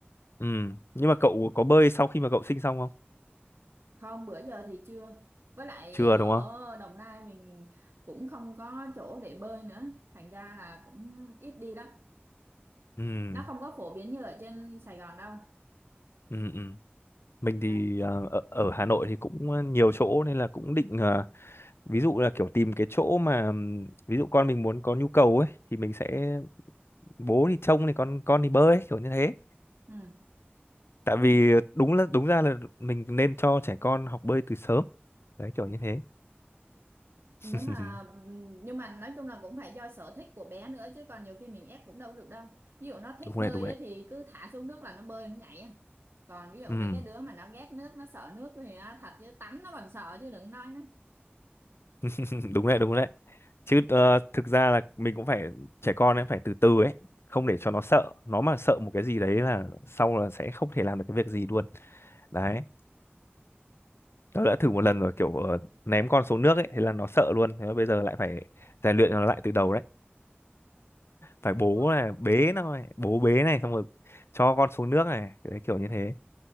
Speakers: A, on the left; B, on the right.
A: Ừm, nhưng mà cậu có bơi sau khi mà cậu sinh xong không
B: không bữa giờ thì chưa với lại
A: chưa
B: ở
A: đúng không
B: Đồng Nai mình cũng không có chỗ để bơi nữa thành ra là cũng ít đi lắm
A: Ừm,
B: nó không có phổ biến như ở trên Sài Gòn đâu
A: ừm, ừm. mình thì
B: đấy
A: à, ở, ở Hà Nội thì cũng à, nhiều chỗ nên là cũng định à, ví dụ là kiểu tìm cái chỗ mà ừm, ví dụ con mình muốn có nhu cầu ấy thì mình sẽ bố thì trông thì con con thì bơi ấy, kiểu như thế
B: ừ
A: tại vì đúng là đúng ra là mình nên cho trẻ con học bơi từ sớm đấy kiểu như thế <laughs>
B: nếu mà nhưng mà nói chung là cũng phải do sở thích của bé nữa chứ còn nhiều khi mình ép cũng đâu được đâu ví dụ nó thích
A: đúng
B: bơi
A: đấy đúng đấy
B: ấy, thì cứ thả xuống nước là nó bơi nó nhảy à. còn ví dụ
A: Ừm,
B: mấy cái đứa mà nó ghét nước nó sợ nước thì á, thật chứ tắm nó còn sợ chứ đừng nói nó
A: <laughs> đúng đấy đúng đấy chứ ờ, thực ra là mình cũng phải trẻ con ấy phải từ từ ấy không để cho nó sợ nó mà sợ một cái gì đấy là sau là sẽ không thể làm được cái việc gì luôn đấy tớ đã thử một lần rồi kiểu ờ, ném con xuống nước ấy thế là nó sợ luôn thế mà bây giờ lại phải rèn luyện nó lại từ đầu đấy phải bố
B: wow,
A: này bế nó này bố bế này xong rồi cho con xuống nước này đấy, kiểu như thế